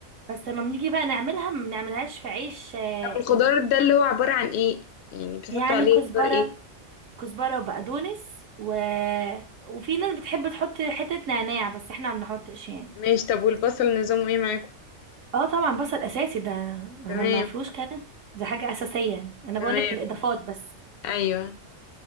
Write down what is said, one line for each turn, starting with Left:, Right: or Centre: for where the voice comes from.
Right: بس لما بنيجي بقى نعملها ما بنعملهاش في عيش آه،
Left: طب الخضار ده اللي هو عبارة عن ايه يعني بتحطوا
Right: يعني
Left: عليه
Right: كزبره
Left: خضار ايه
Right: كزبرة وبقدونس و... وفي ناس بتحب تحط حتة نعناع بس احنا ما بنحطش يعني
Left: ماشي طب والبصل نظامه ايه معاكم
Right: اه طبعا بصل اساسي ده
Left: تمام
Right: انا ما فيهوش كده ده حاجة اساسية يعني. انا
Left: تمام
Right: بقولك الاضافات بس
Left: ايوه